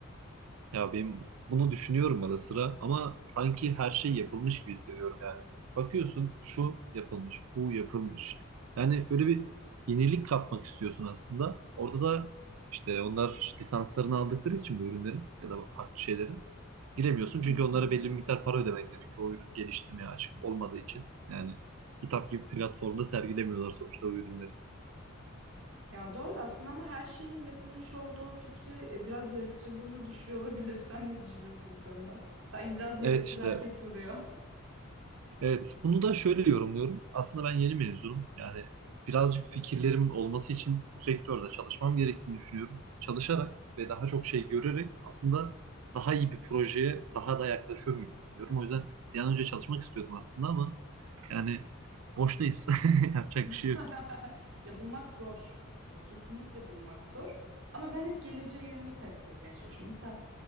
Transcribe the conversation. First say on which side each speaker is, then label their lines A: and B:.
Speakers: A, on the right; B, on the right.
A: Ya benim bunu düşünüyorum ara sıra ama sanki her şey yapılmış gibi hissediyorum yani. Bakıyorsun şu yapılmış, bu yapılmış. Yani böyle bir yenilik katmak istiyorsun aslında. Orada da işte onlar lisanslarını aldıkları için bu ürünlerin ya da farklı şeylerin giremiyorsun.
B: Hı
A: Çünkü onlara
B: hı.
A: belli bir miktar para ödemen gerekiyor o ürünü geliştirmeye açık olmadığı için. Yani kitap gibi platformda sergilemiyorlar sonuçta o ürünleri.
B: Ya doğru aslında ama her şeyin yapılmış olduğu fikri e, biraz yaratıcılığını düşürüyor olabilir. <laughs> Sen ne düşünüyorsun bu konuda? Sanki biraz yaratıcılığa
A: Evet işte
B: ket vuruyor.
A: Evet, bunu da şöyle yorumluyorum. Aslında ben yeni mezunum. Yani birazcık fikirlerim olması için bu sektörde çalışmam gerektiğini düşünüyorum. Çalışarak ve daha çok şey görerek aslında daha iyi bir projeye daha da yaklaşıyorum gibi hissediyorum. O yüzden bir an önce çalışmak istiyordum aslında ama yani boştayız. <laughs> Yapacak
B: <laughs>
A: bir şey yok.
B: Ya bulmak zor. Ya kesinlikle bulmak zor. Ama ben hep geleceğe yönelik hareket etmeye çalışıyorum. Mesela